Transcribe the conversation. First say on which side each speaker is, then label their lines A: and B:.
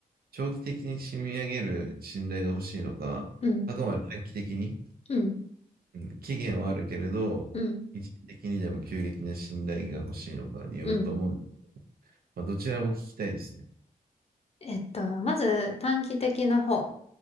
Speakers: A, on the right; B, on the left.
A: 長期的に染み上げる信頼が欲しいのか、
B: うん。
A: あくまで短期的に、
B: うん。
A: うん、期限はあるけれど、
B: うん。
A: 一時的にでも急激な信頼が欲しいのかによると思うんです
B: うん。
A: まあ、どちらも聞きたいですね。
B: えっと、まず短期的な方。